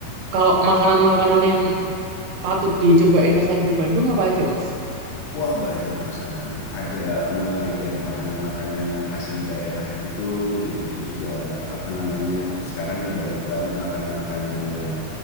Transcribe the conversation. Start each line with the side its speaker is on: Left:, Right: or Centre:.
Right: Kalau makanan-makanan yang patut dicobain pas lagi di Bandung apa aja, Mas?
Left: Wah banyak Mas Anam. Ada mulai dari makanan-makanan yang asli daerah gitu, udah gitu juga apa namanya. Sekarang nih banyak banget makanan-makanan yang